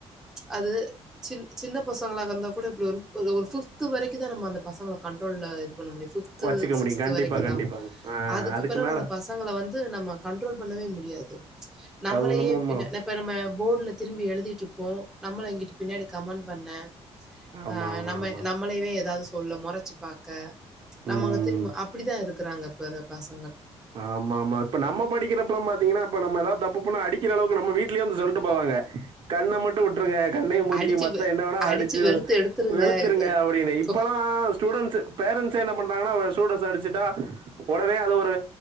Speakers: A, in the centre; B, on the right.
A: அது சின் சின்ன பசங்களாக இருந்தா கூட இப்டி ஒரு எதோ ஒரு ஃபிஃப்து வரைக்கு தா நம்ம அந்த பசங்கள கண் ட்ரோல்ல இது பண்ண முடியு ஃபிஃப்து
B: வச்சுக்க
A: சிக்ஸ்த்து
B: முடியும் கண்டிப்பா
A: வரைக்குதா
B: கண்டிப்பாங்க. ஆ
A: அதுக்கு பெறவு
B: மேல
A: அந்த பசங்கள வந்து நம்ம கண்ட்ரோல் பண்ணவே முடியாது நம்மளயே
B: அது என்னமோ உண்மதான்.
A: பின்ன‌ இப்ப நம்ம போர்ட்ல திரும்பி எழுதிட்ருப்போ நம்மள இங்கிட்டு பின்னாடி கமெண்ட் பண்ண
B: ஆமா,
A: ஆஹ்
B: ஆமா,
A: நம்ம
B: ஆமா.
A: நம்மளைவே எதாவ்து சொ தொல்ல மொறச்சு பாக்க நம்மங்க
B: ம்.
A: திரும்ப அப்டிதா இருக்குறாங்க ப்ப வர பஸ்
B: ஆமா ஆமா இப்ப நம்ம படிக்கிறப்பலா பாத்தீங்கனா டேய் நம்ம எதா தப்பு பண்ண அடிக்கிற அளவுக்கு நம்ம வீட்லே வந்து சொல்ட்டு போவாங்க கண்ண மட்டு விட்டுருங்க கண்ண மூஞ்சி
A: அடிச்சு
B: மத்த
A: வெ
B: என்ன வேணா அடிச்சு
A: வெளுத்து எடுத்துருங்க.
B: வெளுத்துருங்க
A: இது
B: அப்டின்னு
A: தோ
B: இப்பலா ஸ்டூடெண்ட்ஸு பேரண்ட்ஸ்லா என்ன பண்றாங்கனா ஸ்டூடெண்ஸ்ச அடிச்சுட்டா ஒடனே அது ஒரு ப்ப